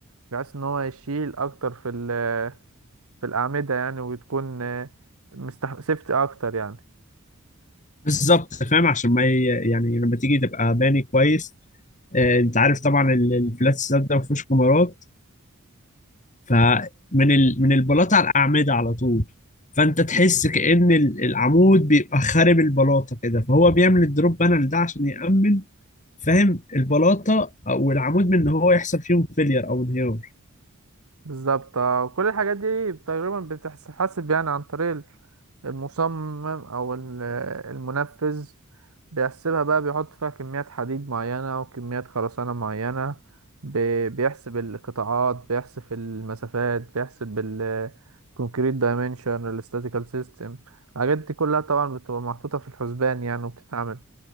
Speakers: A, on the right (about 80°); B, on the left (about 35°).
A: بحيث ان هو يشيل اكتر في ال في الأعمدة يعني وتكون آه، مستح سيفتي أكتر يعني
B: بالظبط فاهم عشان ما ي- يعني لما تيجي تبقى باني كويس آه، انت عارف طبعا ال- الفلات سلاب ده ما فيهوش كمرات فمن ال... من البلاطه على الاعمده على طول فانت تحس كأن ال- العمود بيبقى خارب البلاطه كده فهو بيعمل الدروب بانل ده عشان يأمن فاهم البلاطه او العمود من ان هو يحصل فيهم فيلير او انهيار
A: بالظبط آه، كل الحاجات دي تقريبا بتتحسب يعني عن طريق المصمم أو ال- آه، المنفذ بيحسبها بقى بيحط فيها كميات حديد معينة وكميات خرسانة معينة بي- بيحسب القطاعات بيحسب المسافات بيحسب الكونكريت دايمنشن الاستاتيكال سيستم الحاجات دي كلها طبعا بتبقى محطوطة في الحسبان يعني وبتتعمل